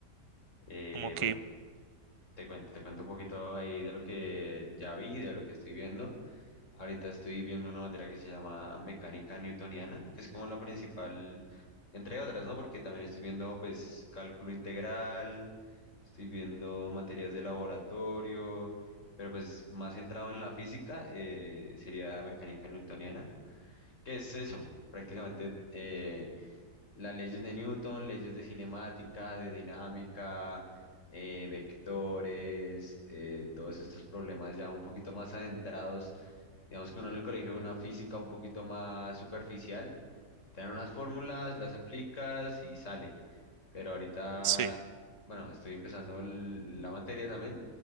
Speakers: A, on the left; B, on the right.
A: Eh,
B: como que,
A: bueno, te cuento, te cuento un poquito ahí de lo que ya vi, de lo que estoy viendo. Ahorita estoy viendo una materia que se llama mecánica newtoniana, que es como la principal, entre otras, ¿no? Porque también estoy viendo, pues, cálculo integral, estoy viendo materias de laboratorio, pero pues más centrado en la física eh, sería mecánica newtoniana. ¿Qué es eso? Prácticamente eh, las leyes de Newton, leyes de cinemática, de dinámica, eh, vectores, eh, todos estos problemas ya un poquito más adentrados. Digamos que uno en el colegio ve una física un poquito más superficial, te dan unas fórmulas, las aplicas y sale pero ahorita,
B: sí,
A: bueno, estoy empezando el- la materia también,